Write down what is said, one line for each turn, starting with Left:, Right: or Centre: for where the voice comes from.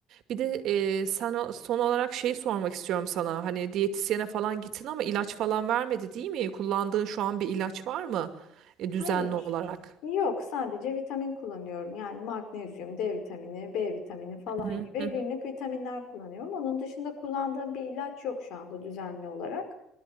Right: Bir de e, sen o- son olarak şeyi sormak istiyorum sana. Hani diyetisyene falan gittin ama ilaç falan vermedi değil mi? Kullandığın şu an bir ilaç var mı? E, düzenli
Left: Hayır.
Right: olarak.
Left: Yok, sadece vitamin kullanıyorum. Yani magnezyum, D vitamini, B vitamini falan
Right: Hı hı,
Left: gibi
Right: hı
Left: günlük
Right: hı.
Left: vitaminler kullanıyorum. Onun dışında kullandığım bir ilaç yok şu anda düzenli olarak.